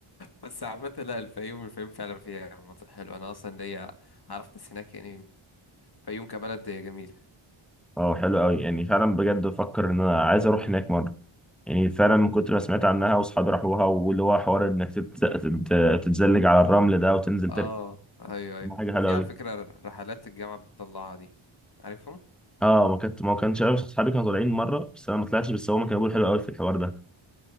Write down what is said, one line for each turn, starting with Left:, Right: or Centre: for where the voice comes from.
Left: بس عامة لا الفيوم الفيوم فعلا فيها مناطق حلوة انا اصلا ليا اعرف ناس هناك يعني الفيوم كبلد جميل
Centre: اه حلو قوي يعني فعلا بجد بفكر ان انا عايز اروح هناك مره يعني فعلا من كتر ما سمعت عنها واصحابي راحوها واللي هو حوار انك تت- تت- تتزلج على الرمل ده وتنزل
Left: اه ايوه ايوه
Centre: ما حاجه حلوه
Left: في
Centre: قوي
Left: على فكرة رحلات الجامعة بتطلعها دي عارفهم
Centre: اه ما كانت ما كانش عارف اصحابي كانوا طالعين مره بس انا ما طلعتش بس هم كانوا بيقولوا حلو قوي في الحوار ده